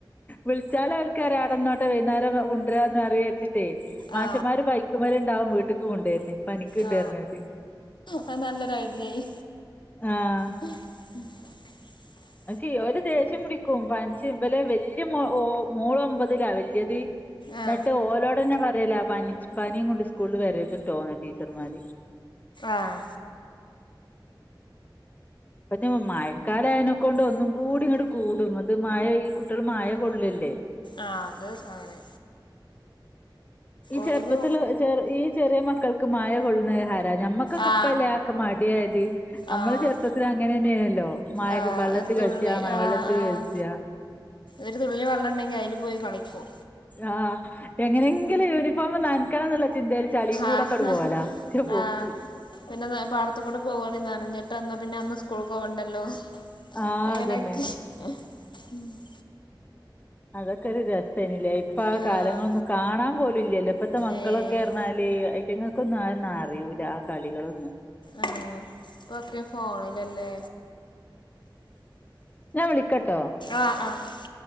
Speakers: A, on the left; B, on the left.
A: വിളിച്ചാല് ഓൽക്കറിയാ അടന്നോട്ട വൈന്നാരം കുണ്ടരാന്നറയാക്ക് ട്ടെ മാഷമാര്
B: ആ
A: ബൈക്കുമേൽണ്ടാവും വീട്ട്ക്ക് കൊണ്ടര്ണ് പനിക്ക്ണ്ട്
B: ആ
A: പറിഞാട്ട്.
B: അത് നല്ലൊരു ഐഡിയായി
A: ആഹ്
B: <unintelligible>
A: ക്കെ ഓല് ദേശ്യം പിടിക്കും പനച്ചും ഇബലെ വല്യ മോൾ ഒമ്പതിലാ വല്യയത് എന്നിട്ട്
B: ആ
A: ഓലോടന്നെ പറയലെ പനി പനിയും കൊണ്ട് സ്കൂളിൽ വരതിട്ടോന്ന് ടീച്ചർമാര്
B: ആഹ്
A: പ്ഞ്ഞും മഴക്കാലായനെക്കൊണ്ട് ഒന്നും കൂടി ഇങ്ങട്ട് കൂടും അത് മഴ ഈ കുട്ടികള് മഴ കൊള്ളില്ലേ?
B: ആഹ് അത് അങ്ങനെ
A: ഈ
B: ഒരു
A: ചെറുപ്പത്ൽ ചെർ ഈ ചെറിയ മക്കൾക്ക് മയ കൊള്ളണത് ഹര ഞമ്മക്ക് ക്ക്ക്ക്‌
B: ആ
A: ‌ ഇപ്പല്ലേ ആക്കെ മടിയായദ് നമ്മള്
B: ആ
A: ചെറുപ്പത്തില് അങ്ങനെന്നെയണല്ലോ മഴ
B: ആഹ്
A: ക്കെ വള്ളത്തി
B: ഒരു തുള്ളി
A: കളിച്ചാ മഴ
B: ആഹ്
A: വെള്ളത്തി
B: ആഹ്
A: കളിച്ചാ.
B: ഒരു തുള്ളി വള്ളംണ്ടെങ്കിൽ അതില് പോയി കളിക്കും
A: ആ എങ്ങനെങ്കിലും യൂണിഫോം നൻക്കണം നുള്ള ചിന്തേല് ചളികൂടെക്കട്
B: ആഹ്
A: പോവലാ ഒര് പോക്ക്
B: ആഹ് പിന്നെ പാടത്തുകൂടെ പോവാണെ നനഞ്ഞിട്ട് അന്നാ പിന്നെ അന്ന് സ്കൂൾക്ക്‌ പോവണ്ടല്ലോ?
A: ആഹ്
B: അങ്ങനൊക്യാ
A: അതന്നെ
B: <unintelligible>
A: അതൊക്കെ ഒരു രസയ്നില്ലേ ഇപ്പൊ ആ
B: ആഹ്
A: കാലങ്ങളൊന്നും കാണാൻ പോലുംല്ലല്ലോ ഇപ്പ ഇപ്പത്തെ മക്കളൊക്കെ
B: ഏഹ്
A: എറിഞ്ഞാല് റ്റങ്ങൾക്കൊന്നും അറിയൂല്ല ആ കളികളൊന്നും
B: ആഹ് പ്പൊക്കെ ഫോണിലല്ലേ
A: ഞാൻ വിളിക്കട്ടോ
B: ആഹ് ആഹ് ആഹ്